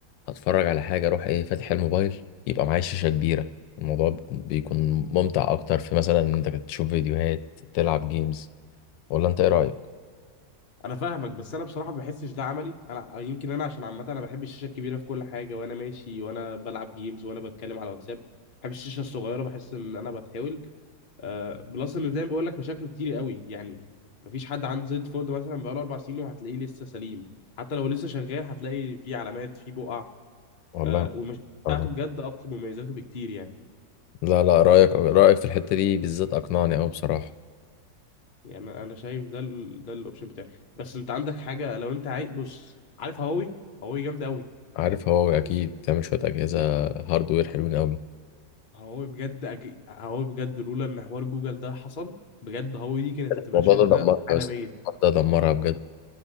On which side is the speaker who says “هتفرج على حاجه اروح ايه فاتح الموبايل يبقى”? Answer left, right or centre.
Left